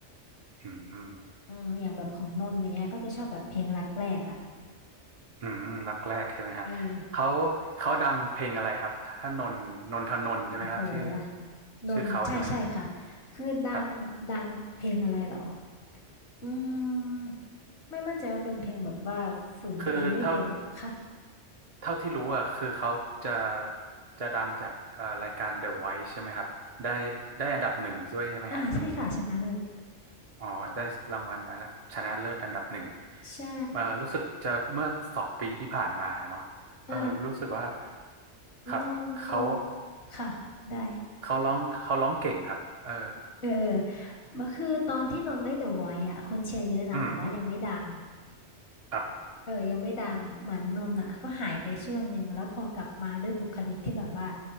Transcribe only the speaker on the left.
อืมอย่างแบบของนนท์อย่างเงี้ยก็จะชอบแบบเพลงรักแรกอ่ะ
เออ
โอ้โหนนท์ใช่ใช่ค่ะ
คือดังดังเพลงอะไรเหรอ
อืมไม่มั่นใจว่าเป็นเพลงแบบว่าฝืนตัวเองไม่เป็นหรือค่ะ
อ่าใช่ค่ะชนะเลิศ
ใช่
เออ
นนนนค่ะได้
เออเออมาคือตอนที่นนได้เดอะไวท์อ่ะคนเชียร์เยอะนะแต่ว่ายังไม่ดัง
เออยังไม่ดังเหมือนนนอ่ะก็หายไปช่วงหนึ่งแล้วพอกลับมาด้วยบุคลิกที่แบบว่า